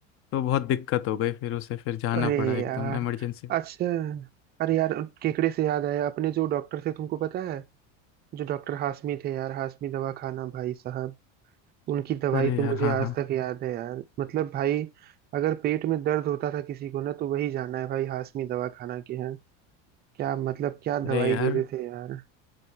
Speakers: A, on the left (about 35°); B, on the right (about 25°).
A: तो बहुत दिक्कत हो गई फिर उसे फिर जाना
B: अरे
A: पड़ा एकदम
B: यार
A: इमरजेंसी
B: अच्छा अरे यार केकड़े से याद आया अपने जो डॉक्टर थे तुमको पता है जो डॉक्टर हाशमी थे यार हाशमी दवा खाना भाई साहब उनकी दवाई
A: अरे
B: तो
A: यार
B: मुझे
A: हाँ हाँ
B: आज तक याद है यार मतलब भाई अगर पेट में दर्द होता था किसी को ना तो वही जाना है भाई हाशमी दवा खाना के यहाँ क्या मतलब क्या
A: अरे
B: दवाई
A: यार
B: देते थे यार